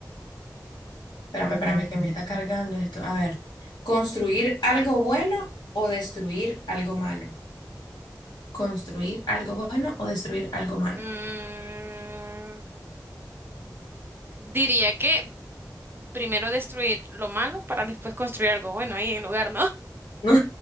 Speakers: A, on the left; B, on the right.
A: espérame, espérame, que me está cargando esto. A ver, ¿construir algo bueno o destruir algo malo? construir algo bueno o destruir algo malo.
B: Mm, diría que primero destruir lo malo para después construir algo bueno ahí en lugar, ¿no?
A: No,